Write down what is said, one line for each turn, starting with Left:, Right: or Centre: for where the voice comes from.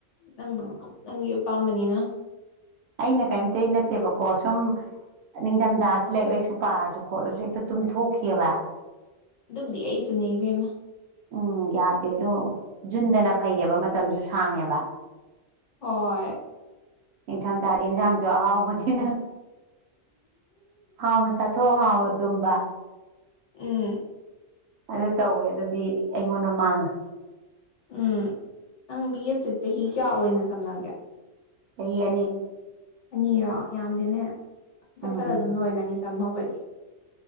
Left: ꯅꯪꯅ ꯅꯪꯒꯤ ꯑꯄꯥꯝꯕꯅꯤꯅ
Right: ꯑꯩꯅ ꯀꯔꯤꯝꯇ ꯅꯠꯇꯦꯕꯀꯣ ꯁꯨꯝ ꯅꯤꯡꯊꯝꯊꯥꯁꯤ ꯂꯥꯏꯛ ꯂꯥꯏꯁꯨ ꯄꯥꯔꯁꯨ ꯈꯣꯠꯂꯁꯨ ꯍꯦꯛꯇ ꯇꯨꯝꯊꯣꯛꯈꯤꯑꯕ
Left: ꯑꯗꯨꯕꯨꯗꯤ ꯑꯩꯁꯨ ꯅ ꯏꯕꯦꯝꯃ
Right: ꯎꯝ ꯌꯥꯗꯦ ꯑꯗꯣ ꯖꯨꯟꯗꯅ ꯐꯩꯌꯦꯕ ꯃꯇꯝꯁꯨ ꯁꯥꯡꯉꯦꯕ
Left: ꯍꯣꯏ
Right: ꯅꯤꯡꯊꯝꯊꯥꯗꯤ ꯏꯟꯖꯥꯡꯁꯨ ꯑꯍꯥꯎꯕꯅꯤ ꯅꯪ ꯍꯥꯎꯅ ꯆꯠꯊꯣꯛ ꯍꯥꯎꯅ ꯇꯝꯕ
Left: ꯎꯝ
Right: ꯑꯗꯨ ꯇꯧꯋꯦ ꯑꯗꯨꯗꯤ ꯑꯩꯉꯣꯟꯗ ꯃꯥꯡꯉꯦ
Left: ꯎꯝ ꯅꯪ ꯕꯤ ꯑꯦꯗꯁꯦ ꯆꯍꯤ ꯀꯌꯥ ꯑꯣꯏꯅ ꯇꯝꯅꯒꯦ
Right: ꯆꯍꯤ ꯑꯅꯤ
Left: ꯑꯅꯤꯔꯣ ꯌꯥꯝꯗꯤꯦꯅꯦ ꯐꯠ
Right: ꯎꯝ
Left: ꯐꯠ ꯑꯗꯨꯝ ꯂꯣꯏꯒꯅꯤ ꯇꯝꯍꯧꯕꯗꯤ